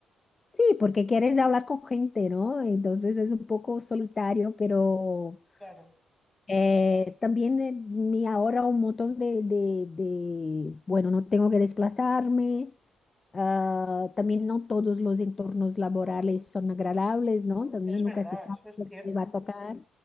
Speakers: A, on the left (about 30°); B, in the centre.
A: Sí, porque quieres hablar con gente, ¿no? Entonces es un poco solitario, pero...
B: Claro.
A: Eh, también eh, me ahorra un montón de, de- de- bueno, no tengo que desplazarme. ah, también no todos los entornos laborales son agradables, ¿no? También
B: Es verdad,
A: nunca se sabe
B: eso es
A: lo
B: cierto.
A: que te va a tocar.